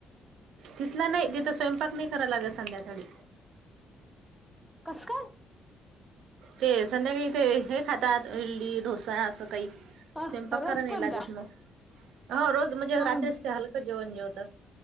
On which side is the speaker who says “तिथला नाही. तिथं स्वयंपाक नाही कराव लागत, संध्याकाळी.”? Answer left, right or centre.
Right